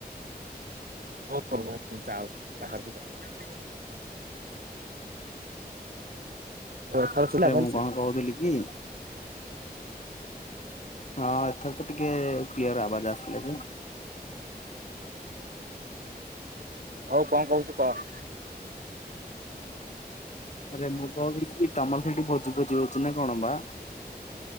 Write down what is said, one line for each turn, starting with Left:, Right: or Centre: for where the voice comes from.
Right: ହଉ ହଉ ହ ମୁ ଯାଉଚି ବାହାରକୁ ହଉ ଏଥର ଶୁଭିଲା
Left: ରେ
Right: ଭଲସେ?
Left: ମୁଁ କଣ କହୁଥିଲି କି ହଁ ଏଥର ତ ଟିକେ କ୍ଲିୟର ଆବାଜ ଆସିଲା ଯେ।
Right: ହଉ କଣ କହୁଚୁ କହ? <inaudible>
Left: ଆରେ ମୁଁ କହୁଥିଲି ତମର ସେଇଠି ଭୋଜି ଫୋଜି ହଉଚି ନା କଣ ବା?